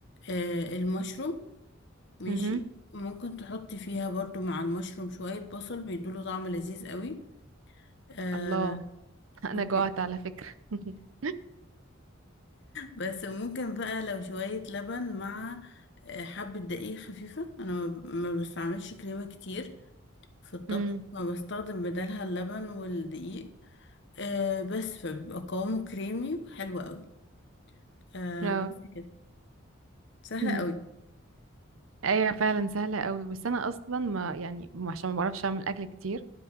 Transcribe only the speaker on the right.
مهم.
الله <laughs> انا
جوعت على فكرة <laughs>
مم.
اه
مم.
ايوه فعلا سهلة قوي بس انا اصلا ما يعني م- عشان ما بعرفش اعمل اكل كتير